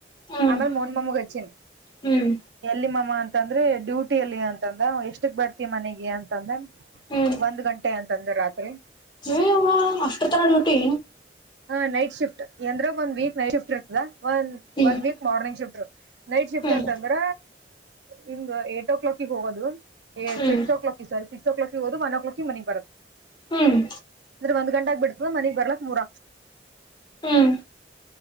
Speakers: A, on the left (about 25°); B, on the right (about 75°).
A: ಹ್ಮ್
B: ಆಮೇಲೆ ಮೋನ್ ಮಾಮಗ ಅಚ್ಚಿನ
A: ಹ್ಮ್
B: ಎಲ್ಲಿ ಮಾಮಾಂತ. ಅಂತಂದ್ರೆ ಡ್ಯೂಟಿ ಅಲ್ಲಿ ಅಂತಂದ ಎಷ್ಟಕ್ ಬರ್ತಿ ಮನೆಗ ಅಂತಂದ.
A: ಹ್ಮ್
B: ಒಂದ್ ಗಂಟೆ ಅಂತಂದ್ರ ರಾತ್ರಿ.
A: ಏ ಯವ್ವ ಅಷ್ಟರತನ ಡ್ಯೂಟಿ.
B: ಹ ನೈಟ್ ಶಿಫ್ಟ್ ಎಂದ್ರ ಒನ್ ವೀಕ್ ನೈಟ್ ಶಿಫ್ಟ್ ಇರ್ತದ ಒ
A: ಹ್ಮ್
B: ಒನ್ ವೀಕ್ ಮಾರ್ನಿಂಗ್ ಶಿಫ್ಟ್ ಇರತದ. ನೈಟ್ ಶಿಫ್ಟ್
A: ಹ್ಮ್
B: ಅಂತಂದ್ರ ಹಿಂಗ್ ಏಟ್ ಓ ಕ್ಲಾಕಗಿ ಹೋಗೋದು. ಎ six
A: ಹ್ಮ್
B: o'clock sorry six ಓ ಕ್ಲಾಕಿಗಿ ಹೋಗಿ ಒನ್ ಓ ಕ್ಲಾಕಿಗಿ ಮನೆಗ್ ಬರದು.
A: ಹ್ಮ್.
B: ಅಂದ್ರ ಒಂದ ಗಂಟಗ್ ಬಿಡತದ ಮನಿಗ ಬರ್ಲಕ್ರ ಮೂರ.
A: ಹ್ಮ್